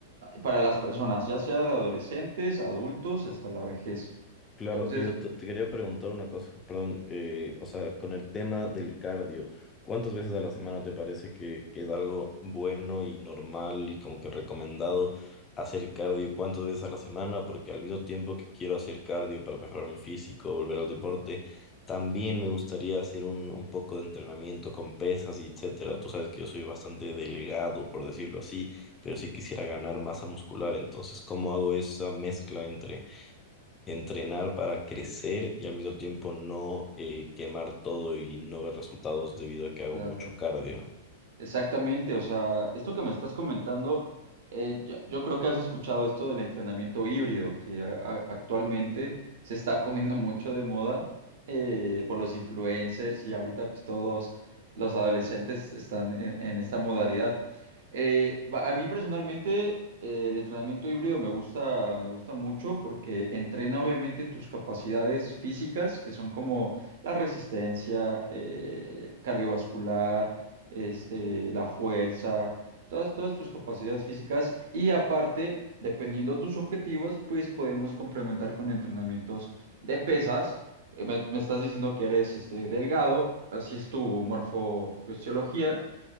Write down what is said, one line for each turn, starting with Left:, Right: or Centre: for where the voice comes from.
Right: para las personas, ya sea de adolescentes, adultos, hasta la vejez.
Left: Claro,
Right: Entonces,
Left: y yo te te quería preguntar una cosa, perdón, eh, o sea, con el tema del cardio, ¿cuántas veces a la semana te parece que, que es algo bueno y normal y como que recomendado hacer cardio? ¿Cuántas veces a la semana? Porque al mismo tiempo que quiero hacer cardio para mejorar mi físico, volver al deporte, también me gustaría hacer un, un poco de entrenamiento con pesas y etcétera. Tú sabes que yo soy bastante delgado, por decirlo así, pero sí quisiera ganar masa muscular, entonces, ¿cómo hago esa mezcla entre entrenar para crecer y al mismo tiempo no eh, quemar todo y no ver resultados debido a que
Right: claro.
Left: hago mucho cardio.
Right: Exactamente, o sea, esto que me estás comentando, eh, yo, yo creo que has escuchado esto del entrenamiento híbrido, que a- a- actualmente se está <laughs> poniendo mucho de moda eh, por los influencers y ahorita pues todos los adolescentes están en, en esta modalidad. Eh, va- a mí personalmente eh, el entrenamiento híbrido me gusta, me gusta mucho porque entrena obviamente tus capacidades físicas, que son como la resistencia, eh, cardiovascular este, la fuerza, todas, todas tus capacidades físicas y aparte, dependiendo tus objetivos, pues podemos complementar con entrenamientos de pesas. Eh, Me, me estás diciendo que eres este, delgado, así es tu morfofisiología.